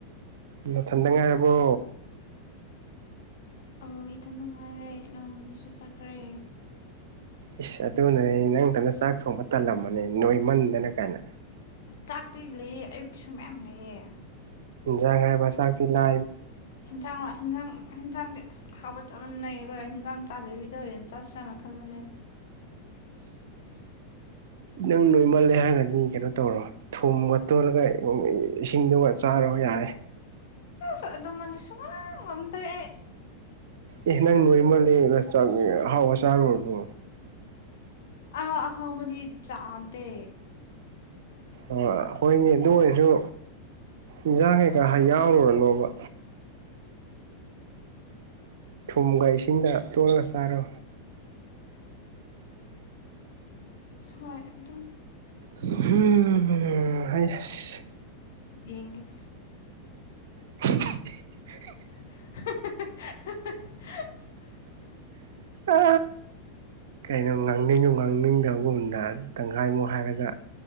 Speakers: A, on the right; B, on the left.
A: ꯂꯊꯦꯟꯗꯦꯉꯥꯏꯔꯔꯕꯣ
B: ꯑ ꯏꯊꯟ ꯅꯨꯡꯉꯥꯏꯔꯦ ꯅꯎ ꯅꯨꯄꯤꯁꯨ ꯆꯠꯈ꯭ꯔꯦ
A: ꯏꯁ ꯑꯗꯨꯅꯅꯦ ꯅꯪꯗꯅ ꯆꯥꯛ ꯊꯣꯡꯕ ꯇꯜꯂꯝꯕꯅꯦ ꯅꯣꯏꯃꯟꯗꯅ ꯀꯥꯏꯅ
B: ꯇꯥꯛꯇꯣꯏ ꯂꯩꯑꯦ ꯑꯌꯨꯛꯀꯤꯁꯨ ꯃꯌꯥꯝ ꯂꯩꯑ
A: ꯖꯥꯏꯕꯁꯥ ꯄꯤꯂ
B: ꯍꯦꯟꯖꯥꯡ ꯍꯦꯟꯖꯥꯡ ꯍꯦꯟꯖꯥꯡꯗꯤ ꯑꯁ ꯍꯥꯞꯄꯠ ꯆꯞ ꯃꯥꯟꯅꯩꯌꯦ ꯑꯩꯣꯏ ꯍꯟꯖꯥꯡ ꯆꯥꯗꯣꯏꯕꯤꯗꯧꯅ ꯆꯠꯁ꯭ꯔꯅ ꯈꯟꯕꯅꯦ <inaudible>
A: ꯅꯪ ꯅꯣꯏꯃꯜꯂꯦ ꯍꯥꯏꯔꯒꯗꯤ ꯀꯩꯅꯣ ꯇꯧꯔꯣ ꯊꯨꯝꯒ ꯇꯣꯂꯒ ꯏꯁꯤꯡꯗꯨꯒ ꯆꯥꯔꯣ ꯌꯥꯔꯦ
B: ꯁꯗꯃꯥꯟꯁꯨꯨꯡꯥꯡ ꯋꯥꯝ ꯇꯔꯦ
A: ꯑꯦ ꯅꯪ ꯅꯣꯏ ꯃꯥꯜꯂꯦ ꯑꯍꯥꯎꯕ ꯆꯥꯔꯔꯕꯣ
B: ꯑ ꯑ ꯃꯗꯤ ꯆꯥꯗ
A: ꯑꯩꯈꯣꯏꯅꯤ ꯑꯗꯨ ꯑꯣꯏꯔꯁꯨ ꯏꯟꯁꯥꯡ ꯀꯩꯀꯥ ꯌꯥꯎꯔꯨꯔꯅꯣꯕ ꯊꯨꯝꯒ ꯏꯁꯤꯡꯗ ꯇꯣꯜꯂꯒ ꯆꯥꯔꯣ
B: ꯍꯣꯏ ꯑꯗꯨꯗ
A: ꯎꯝ ꯍꯥꯏꯁꯤ
B: ꯌꯦꯡꯒꯤꯦ
A: <inaudible>
B: <inaudible>
A: ꯑ ꯀꯩꯅꯣ ꯉꯥꯡꯅꯤꯡꯉꯣ ꯉꯥꯡꯅꯤꯡꯗꯕꯒꯗ ꯇꯪꯈꯥꯏꯃꯣꯛ ꯍꯥꯏꯔꯒ